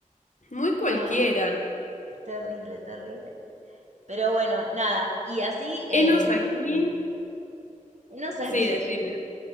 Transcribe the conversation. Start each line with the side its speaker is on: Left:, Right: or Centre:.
Left: muy cualquiera.
Right: Ay, terrible, terrible. Pero bueno, nada, y así, em,
Left: Enos aquí.
Right: enos aquí
Left: Sí, decime.